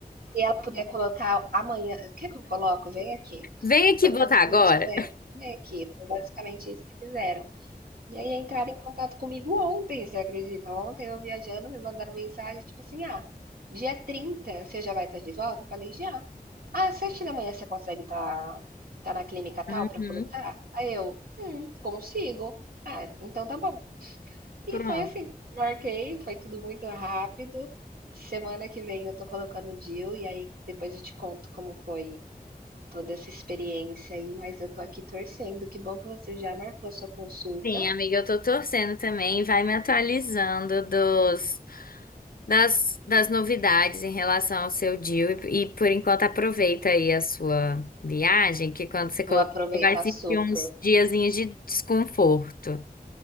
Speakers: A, on the right; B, on the left.
A: se ela puder colocar amanhã "Quer que eu coloco? Vem aqui".
B: Vem aqui
A: Foi
B: botar
A: basicamente
B: agora.
A: é, "Vem aqui", foi basicamente isso que fizeram. E aí entraram em contato comigo ontem, você acredita? Ontem eu viajando, me mandaram mensagem, tipo assim: "Ah, dia 30 você já vai estar de volta?" Eu falei: "Já". "Ah, às sete da manhã você consegue estar estar na clínica tal
B: Uhum,
A: para colocar?" Aí eu: "Hum, consigo". "Ah, então tá bom". E
B: pronto.
A: foi assim, marquei, foi tudo muito rápido. Semana que vem eu tô colocando o DIU e aí depois eu te conto como foi toda essa experiência aí, mas eu tô aqui torcendo. Que bom que você já marcou a sua consulta,
B: Sim, amiga, eu tô torcendo também. Vai me atualizando dos, das, das novidades em relação ao seu deal. E, e, por enquanto, aproveita aí a sua viagem, que quando você colocar,
A: vou aproveitar
B: você vai sentir
A: super.
B: uns diazinhos de desconforto.